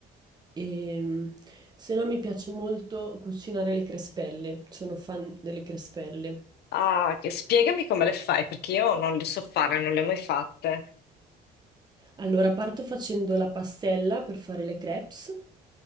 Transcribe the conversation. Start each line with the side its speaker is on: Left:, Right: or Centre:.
Right: e se no mi piace molto cucinare le crespelle. Sono fan delle crespelle.
Left: Ah, che- spiegami come le fai, perché io non le so fare, non le ho mai fatte.
Right: Allora parto facendo la pastella per fare le crepes.